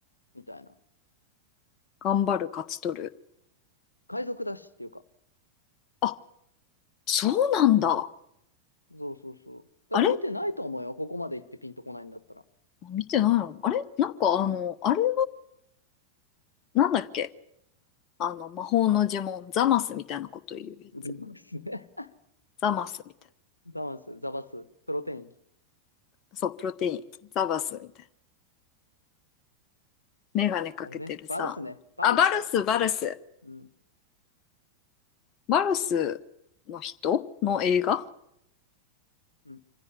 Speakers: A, on the left; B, on the left.
A: みたいな。
B: 頑張る、勝ち取る。
A: 海賊だしっていうか。
B: あ、そうなんだ。
A: うん。そうそうそう。多分見てないと思うよ。
B: あれ
A: ここまで行ってピンとこないんだったら。
B: 見てないのあれなんかあの、
A: うん。
B: あれは、なんだっけあの、魔法の呪文、ザマスみたいなこと言うやつ。
A: バルスね。
B: ザマスみたい
A: ザマス、ザバス、プロテイン。
B: な。そう、プロテイン。ザバスみたいな。メガネかけてるさ。
A: あれね。バルスね。バルスだよ。
B: あ、バルス、バルス。
A: うん。
B: バルスの人の映画
A: うん。